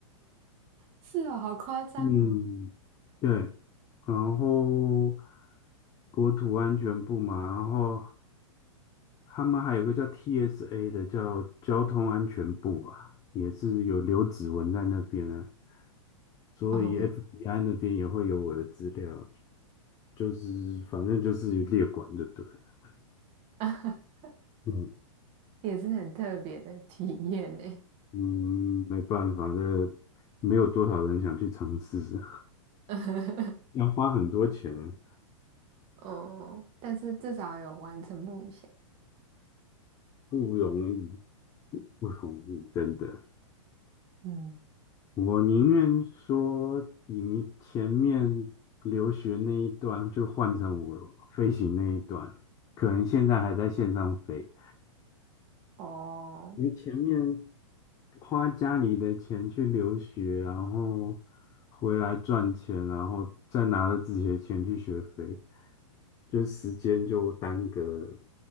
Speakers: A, on the right; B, on the left.
A: 是哦，好夸张哦，
B: 嗯，对，然后国土安全部嘛，然后他们还有个叫 TSA 的，叫交通安全部吧，也是有留指纹在那边啊，所以
A: 哦，
B: FBI 那边也会有我的资料，就是反正就是列管就对了，
A: <laughs>
B: 嗯
A: 也是很特别的体验呢，
B: 嗯，没办法，这没有多少人想去尝试，
A: <laughs>
B: <laughs> 要花很多钱。
A: 哦，但是至少有完成梦想，
B: 不容易，不容易，真的。
A: 嗯，
B: 我宁愿说你们前面留学那一段就换成我飞行那一段，可能现在还在线上飞，
A: 哦，
B: 因为前面花家里的钱去留学，然后回来赚钱，然后再拿了自己的钱去学飞，就时间就耽搁了。